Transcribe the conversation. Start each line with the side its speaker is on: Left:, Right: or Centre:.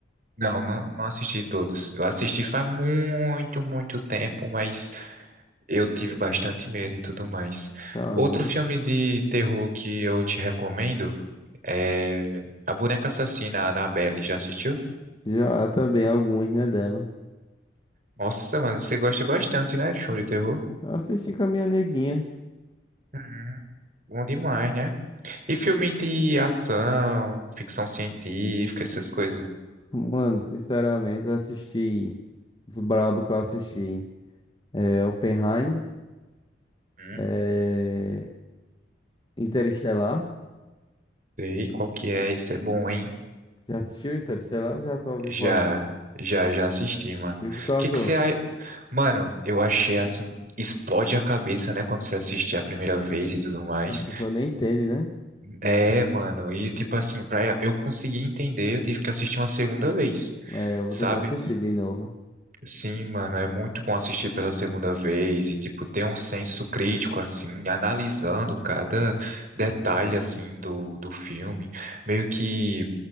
Right: Não, não, não assisti todos. Eu assisti faz muito, muito tempo, mas eu tive bastante medo e tudo mais.
Left: Caramba.
Right: Outro filme de terror que eu te recomendo é A Boneca Assassina, a Annabelle. Já assistiu?
Left: Já também alguns, né, dela.
Right: Nossa, mano, você gosta bastante, né, de filme de terror?
Left: Eu assisti com a minha neguinha.
Right: Hum, bom demais, né? E filme de ação, ficção científica, essas coisas?
Left: Mano, sinceramente, eu assisti os brabo que eu assisti. é, Oppenheim,
Right: Hum,
Left: é, Interestelar.
Right: sei qual que é, esse é bom, hein?
Left: Já assistiu Interestelar? ou Já só ouviu
Right: Já,
Left: falar.
Right: já, já assisti, mano.
Left: E o que tu achou?
Right: O que que você a- Mano, eu achei assim, explode a cabeça, né, quando você assiste a primeira vez e tudo mais.
Left: A pessoa nem entende, né?
Right: É, mano, e tipo assim, pra eu conseguir entender, eu tive que assistir uma segunda vez,
Left: É, eu vou
Right: sabe?
Left: ter que assistir de novo.
Right: Sim, mano, é muito bom assistir pela segunda vez e tipo ter um senso crítico assim, analisando cada detalhe assim do do filme, meio que